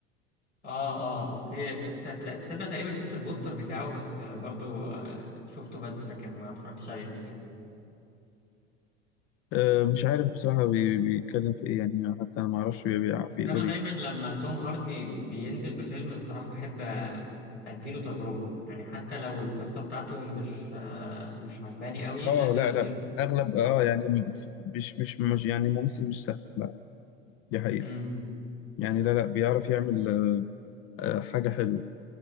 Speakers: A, on the left; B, on the left.
A: اه اه اوكي ت- ت- ت- تصدق تقريبا شفت البوستر بتاعه بس آه، برضو آه، شفته بس لكن ما اتفرجتش عليه لسه
B: آه، مش عارف بصراحه بي... بيتكلم في ايه يعني حتى أنا ما اعرفش بي... بي...
A: بس
B: بيقول
A: انا دايما
B: ايه
A: لما توم هاردي بينزل بفيلم الصراحة بحب آه، اديله تجربة يعني حتى لو القصة بتاعته مش آه، مش عجباني قوي
B: اه
A: لازم
B: لا
A: اديله
B: لا اغلب
A: تجربة
B: اه يعني م- ف- ف- مش مش مش يعني ممثل مش سهل لا دي حقيقة
A: امم
B: يعني لا لا بيعرف يعمل آه، حاجة حلوة